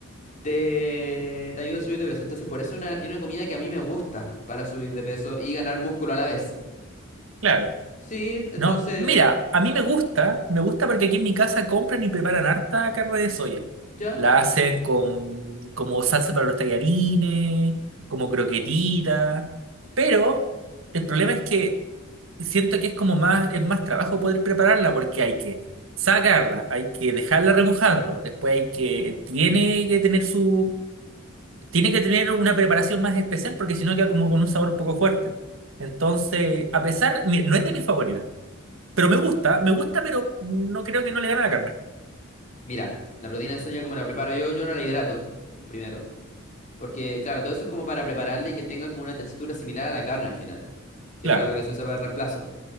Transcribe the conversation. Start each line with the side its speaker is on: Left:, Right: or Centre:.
Left: te, te ayuda a subir de peso. Entonces por eso es una, es una comida que a mí me gusta para subir de peso y ganar músculo a la vez.
Right: claro.
Left: Sí, entonces
Right: No, mira, a mí me gusta, me gusta porque aquí en mi casa compran y preparan harta carne de soya.
Left: ya.
Right: La hacen con como salsa para los tallarines, como croquetitas, pero el problema es que siento que es como más, es más trabajo poder prepararla porque hay que sacarla, hay que dejarla remojando, después hay que, tiene que tener su, tiene que tener una preparación más especial porque si no queda como con un sabor poco fuerte. Entonces, a pesar, mi- no es de mis favoritos Pero me gusta, me gusta, pero no creo que no le gane a la carne.
Left: Mira, la proteína de soya como la preparo yo, yo no la hidrato, primero. Porque, claro, todo eso es como para prepararle y que tenga como una textura similar a la carne al final, que
Right: Claro,
Left: es para lo que se usa para el reemplazo.